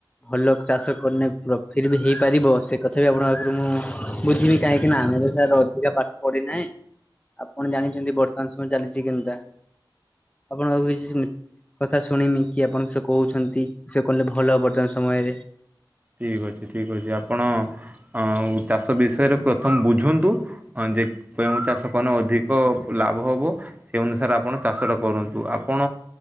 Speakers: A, on the left; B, on the right.
A: ଭଲ ଚାଷ କନେ ଫିର ବି ହେଇପାରିବ ସେ କଥା ବି ଆପଣଙ୍କ ପାଖରୁ ମୁଁ ବୁଝିବି କାହିଁକି ଆମେ ତ ସାର୍ ଅଧିକା ପାଠ ପଢିନାହିଁ। ଆପଣ ଜାଣିଛନ୍ତି ବର୍ତ୍ତମାନ ସମୟ ଚାଲିଛି କେନ୍ତା ଆପଣ କିଛି କଥା ଶୁଣମି କି ଆପଣ ସେ କହୁଛନ୍ତି ସେ କହିଲେ ଭଲ ବର୍ତମାନ ସମୟରେ।
B: ଠିକ୍ ଅଛି ଠିକ୍ ଅଛି ଆପଣ ଆଉ ଚାଷ ବିଷୟରେ ପ୍ରଥମେ ବୁଝନ୍ତୁ ହଁ ଯେ କେଉଁ ଚାଷ କନ ଅଧିକ ଲାଭ ହେବ ସେ ଅନୁସାରେ ଆପଣ ଚାଷଟା କରନ୍ତୁ ଆପଣ?